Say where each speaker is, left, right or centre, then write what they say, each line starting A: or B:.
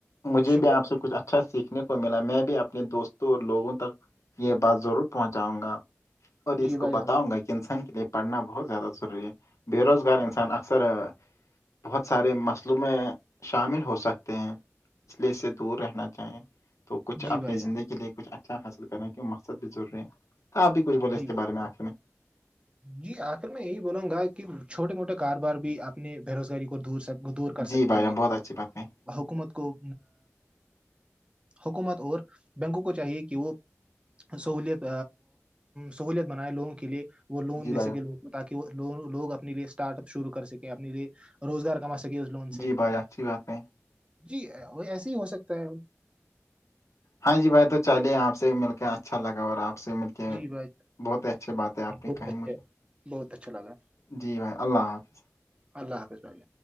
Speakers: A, on the left (about 75°); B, on the right (about 20°).
A: مجھے
B: شکریہ
A: بھی آپ سے کچھ اچھا سیکھنے کو ملا میں بھی اپنے دوستوں اور لوگوں تک یہ بات ضرور پہنچاؤں گا اور
B: جی
A: اس کو
B: بھائی
A: بتاؤں
B: جان
A: گا کہ انسان کے لیے پڑھنا بہت زیادہ ضروری ہے بے روزگار انسان
B: جی
A: اکثر بہت سارے مسلومے شامل ہو سکتے ہیں اس لیے اس سے دور رہنا چاہیں تو کچھ
B: جی
A: اپنی
B: بھائی جان
A: زندگی لیے کچھ اچھا حاصل کر رہ ہیں کی مقصد بھی ضروری ہے تو آپ بھی کچھ بولے اس
B: جی
A: کے بارے میں آ <unintelligible>
B: جی آخر میں یہی بولاوں گا کہ چھوٹے موٹے کاروبار بھی اپنے بے روزگاری دورک دور کر
A: جی
B: سکتے
A: بھائی
B: ہیں
A: جان بہت اچھی بات کہیں
B: حکومت کو حکومت اور بینکوں کو چاہیے کہ وہ سہولیت سہولیت بنائے لوگوں کے لیے وہ لون
A: جی
B: دے
A: بھائی
B: سکے
A: جان
B: لو کو تاکہ وہ لوگ اپنے لیے اسٹارٹ اپ شروع کر سکے اپنے لیے روزگار کما سک گ اس لون سے
A: جی بھائی جان اچھی بات کہیں
B: جی ایسے ہی ہو سکتا ہے
A: ہاں جی بھائی تو چاہے آپ سے مل کے اچھا لگا اور آپ سے مل
B: جی بھائی،
A: بہت ہی اچھی بات ہے آپ نے
B: بہت
A: کہی
B: اچھا
A: مجھے
B: بہت اچھا لگا
A: جی بھائی اللہ حافظ
B: اللہ حافظ بائی